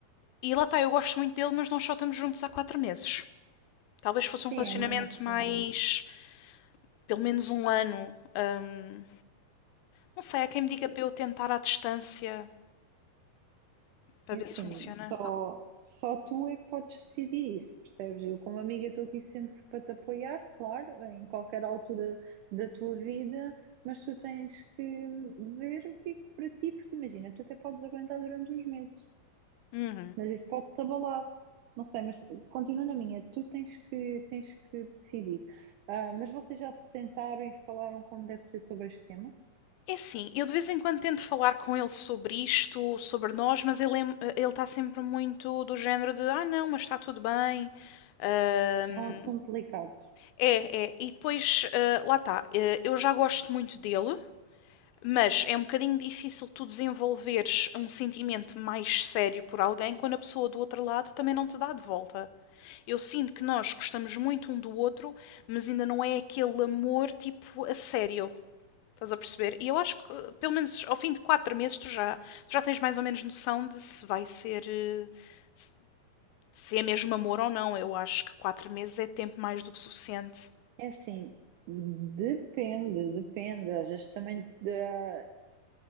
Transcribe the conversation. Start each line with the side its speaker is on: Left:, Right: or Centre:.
Left: E lá está, eu gosto muito dele, mas nós só estamos juntos há quatro meses. Talvez fosse um
Right: Sim,
Left: relacionamento
Right: é muito.
Left: mais, pelo menos um ano. Ahm, não sei, há quem me diga para eu tentar à distância para
Right: E
Left: ver
Right: assim,
Left: se funciona.
Right: só, só tu é que podes decidir isso, percebes? Eu, como amiga, estou aqui sempre para te apoiar, claro, em qualquer altura da tua vida, mas tu tens que ver o que é que para ti, porque imagina, tu até podes aguentar durante uns meses,
Left: Uhum.
Right: mas isso pode-te abalar. Não sei, mas continua na minha, tu tens que, tens que decidir. Ah, mas vocês já se sentaram e falaram como deve ser sobre este tema?
Left: É assim, eu de vez em quando tento falar com ele sobre isto, sobre nós, mas ele, é- ele está sempre muito do género de ah não, mas está tudo bem. Ahm,
Right: É um assunto delicado.
Left: é, é, e depois ah, lá está, eh, eu já gosto muito dele, mas é um bocadinho difícil tu desenvolveres um sentimento mais sério por alguém quando a pessoa do outro lado também não te dá de volta. Eu sinto que nós gostamos muito um do outro, mas ainda não é aquele amor tipo a sério. Estás a perceber? E eu acho que, eh, pelo menos ao fim de quatro meses, tu já, tu já tens mais ou menos noção de se vai ser. eh, se- é mesmo amor ou não. Eu acho que quatro meses é tempo mais do que suficiente.
Right: É assim, depende, depende. Às vezes também da-